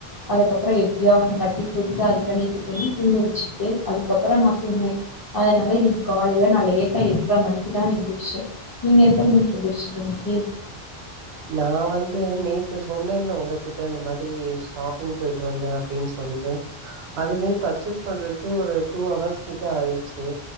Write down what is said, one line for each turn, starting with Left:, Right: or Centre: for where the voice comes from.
Left: அதுக்கப்றோ எப்டியோ அவன தட்டி குடுத்து அது பண்ணி இது பண்ணி தூங்க வச்சுட்டு அதுக்கப்றோ நா தூங்னே அதனால இன்னிக் காலையில நா லேட்டா எட்ர மணிக்குதா எந்திர்ச்சே நீங்க எத்தன மணிக்கு எந்திர்ச்சிங்க இன்னைக்கி
Right: நா வந்து நேத்து சொன்னன்ல உங்ககிட்ட இந்த மாதிரி ஷாப்பிங் பொய்ட்டு வந்தே அப்டின் சொல்ட்டு அதுவே பர்ச்சஸ் பண்றதுக்கே ஒரு டூ ஹவர்ஸ் கிட்ட ஆய்டுச்சு